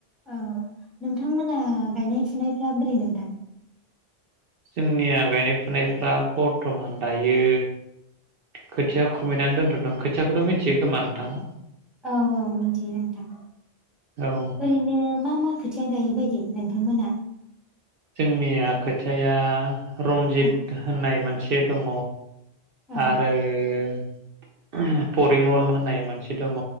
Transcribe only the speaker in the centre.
ओ नोंथांमोना गायनाय फुनायफ्रा ब्रोरै नोंथां।
औ औ मिथियो नोंथां
ओरैनो मा मा खोथाया गायो बायदि नोंथां मोना?
औ
औ